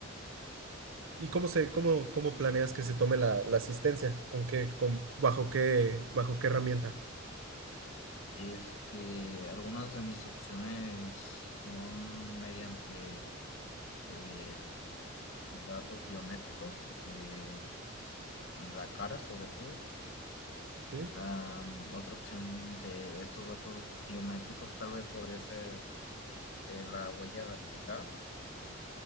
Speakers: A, on the right; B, on the left.
A: ¿Y cómo se, cómo, cómo planeas que se tome la, la asistencia? ¿Con qué, con, bajo qué, bajo qué herramienta?
B: Este, algunas de mis opciones son mediante... eh, datos biométricos, eh, la cara sobre todo.
A: ¿Qué?
B: Ah, otra opción de estos datos biométricos tal vez podría ser eh, la huella dactilar.